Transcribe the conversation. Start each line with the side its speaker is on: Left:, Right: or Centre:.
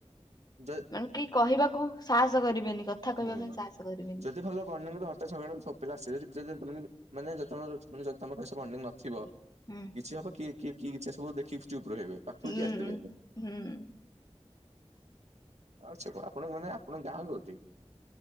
Right: ଯ
Left: ମାନେ କି କହିବାକୁ ସାହସ କରିବେନି। କଥା କହିବା
Right: ହୁଁ
Left: ପାଇଁ ସାହସ କରିବେନି।
Right: ସେତିକ ଭଲ ବଣ୍ଡିଙ୍ଗ <unintelligible> ସବୁ ପିଲା ଆସିବେ <unintelligible> ମାନେ ଜଦି ତମର ମାନେ ଜଦି ତମର ଏସବୁ ବଣ୍ଡିଙ୍ଗ ନଥିବ
Left: ହୁଁ।
Right: କିଛି ହବ କିଏ କିଏ କିଏ ଇଚ୍ଛା ସବୁ ଦେଖିବି ଚୁପ ରହିବେ ପାଖକୁ
Left: ହୁଁ
Right: କି ଆସିଥିବେନି।
Left: ହୁଁ।
Right: ଆଛା କଣ ଆପଣଙ୍କ ମାନେ ଆପଣଙ୍କ ଗାଁ କୋଉଠି?